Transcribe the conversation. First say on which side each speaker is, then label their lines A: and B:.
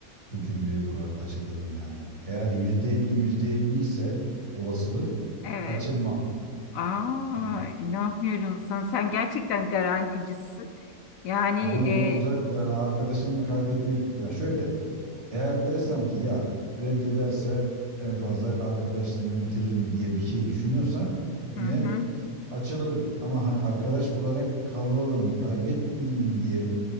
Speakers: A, on the right; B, on the left.
A: bu cümleyi kurar açılırım yani. Eğer yüzde elli yüzde elli ise olasılık
B: Evet.
A: açılmam.
B: Aa,
A: Yani
B: inanmıyorum sana. Sen gerçekten garanticisin. Yani
A: ama ne
B: e,
A: olacak yani arkadaşını kaybetmek yani şöyle Eğer dersem ki ya reddederse en fazla arkadaşlığımı bitiririm diye bir şey düşünüyorsam yine
B: hı hı,
A: açılırım. Ama hani arkadaş olarak kalalım, kaybetmeyeyim diye